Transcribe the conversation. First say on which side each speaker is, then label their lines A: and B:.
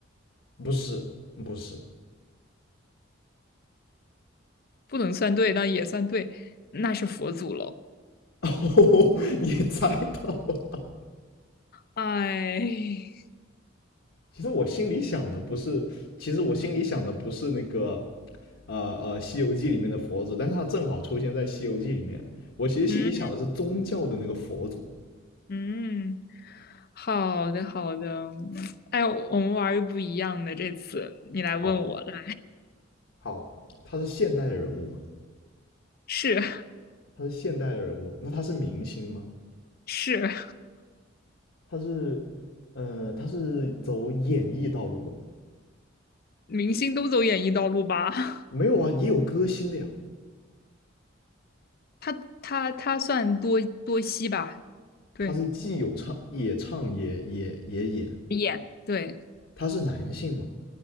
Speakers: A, on the left (about 75°); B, on the left (about 50°).
A: 不是，不是。
B: 不能算对，但也算对，那是佛祖喽。
A: 哦，<laughs> 你猜到了。
B: 哎
A: 其实我心里想的不是，其实我心里想的不是那个，
B: <laughs>，嗯，
A: 呃呃，《西游记》里面的佛祖，但是他正好出现在《西游记》里面。我其实心里想的是宗教的那个佛祖。
B: 嗯嗯，好的好的，哎，我们玩儿不一样的，这次你来问我了，
A: 好，好，他是现代的人物嘛，
B: 是
A: 他是现代的人物，那他是明星吗？
B: 是，
A: 他是，呃，他是走演艺道路的吗？
B: 明星都走演艺道路吧？
A: 没有啊，
B: <laughs>
A: 也有歌星的呀。
B: 他他他算多多熙吧？对，
A: 他是既有唱也唱也也也演，
B: 演对，
A: 他是男性嘛？